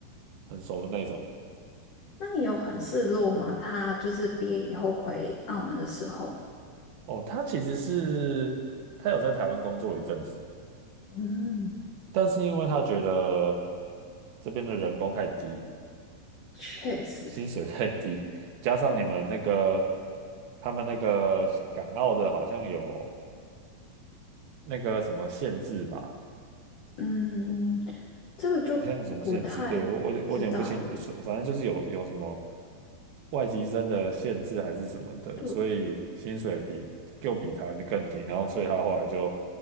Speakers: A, on the right; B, on the left.
A: 很熟的那种。
B: 那你有很失落吗？他就是毕业以后回澳门的时候。
A: 哦，他其实是他有在台湾工作一阵子，
B: 嗯，
A: 但是因为他觉得这边的人工太低，
B: 确实。
A: 薪水太低，加上你们那个他们那个港澳的好像有那个什么限制吧。
B: 嗯，这个就不太知道了。
A: 好像有什么限制，对，我我有我有点不清楚，反正就是有有什么外籍生的限制还是什么的，
B: 对，
A: 所以薪水比又比台湾的更低，然后所以他后来就